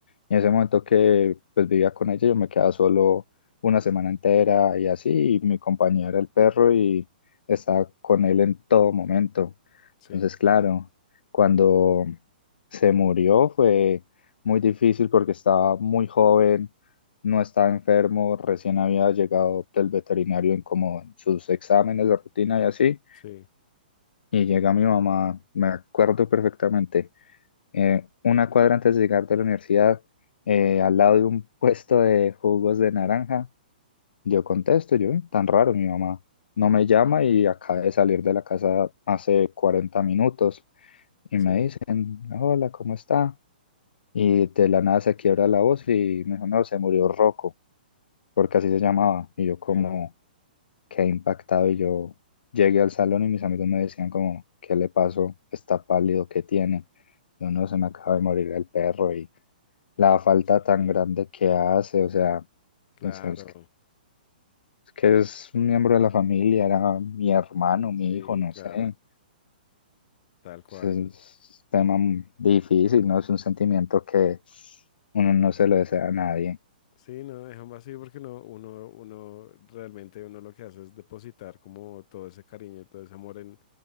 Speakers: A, on the left; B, on the left.
A: Y en ese momento que pues vivía con ella, yo me quedaba solo una semana entera y así, y mi compañía era el perro y estaba con él en todo momento.
B: sí,
A: Entonces, claro, cuando se murió fue muy difícil porque estaba muy joven, no estaba enfermo, recién había llegado del veterinario en como en sus exámenes de rutina y así.
B: sí,
A: Y llega mi mamá, me acuerdo perfectamente, eh, una cuadra antes de llegar de la universidad, eh, al lado de un puesto de jugos de naranja. Yo contesto, yo, "Eh, tan raro, mi mamá no me llama y acaba de salir de la casa hace cuarenta minutos. Y
B: sí,
A: me dicen, hola, ¿cómo está? Y de la nada se quiebra la voz y me dijo, no, se murió Rocco, porque así se llamaba. Y yo como,
B: sí,
A: quedé impactado y yo llegué al salón y mis amigos me decían como, ¿qué le pasó? Está pálido, ¿qué tiene? Yo no, se me acaba de morir el perro y la falta
B: sí,
A: tan grande que hace, o sea,
B: claro,
A: no sé, es que, es que es un miembro de la familia, era mi hermano,
B: sí,
A: mi hijo, no
B: claro,
A: sé.
B: tal cual.
A: Es, es un tema difícil, ¿no? Es un sentimiento que uno no se lo desea a nadie.
B: Sí, no, dejan vacío porque no, uno, uno realmente uno lo que hace es depositar como todo ese cariño y todo ese amor en,